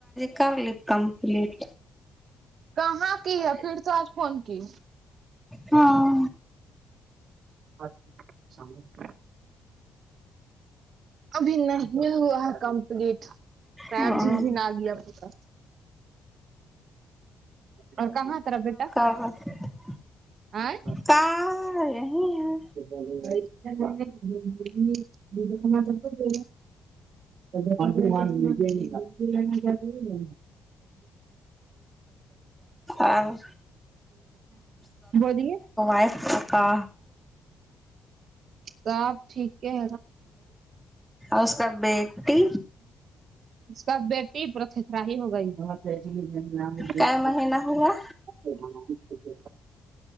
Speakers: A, in the centre; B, on the right.
A: کرلی کمپلیٹ
B: کہاں کی ہے پھر آج فون کی
A: ہاں
B: <unintelligible> ابھی نہیں ہوا ہے کمپلیٹ سیر
A: ہاں
B: جن جھن آ گیا پتا اور کہاں تیرا بیٹا
A: ا
B: آئ
A: کا ہے یہی ہے
B: <unintelligible> <unintelligible>
A: اور
B: بولیے
A: ائ آکا
B: سب ٹھیک ہے
A: اس کا بیٹی
B: سب بیٹی پرتھھاہ ہو گئی ب
A: کا مہینہ ہوا
B: <unintelligible>